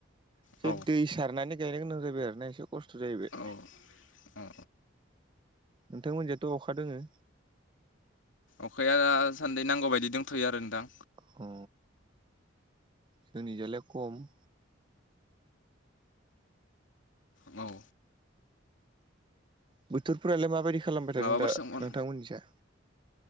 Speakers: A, on the right (about 25°); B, on the left (about 75°).
A: एसे
B: औ
A: दै सारनानै गायनो गोनां जाबाय आरोना एसे खस्थ' जाहैबाय।
B: औ औ
A: नोंथांमोनजायथ' अखा दोङो?
B: अखाया दा सान्दै नांगौ बायदि दंथ'यो आरो नोंथां।
A: अ जोंनिजोलाय खम।
B: औ
A: बोथोरफोरालाय माबायदि खालामबाय
B: माबाफोर
A: थादों दा
B: सोंहर
A: नोंथांमोननि जा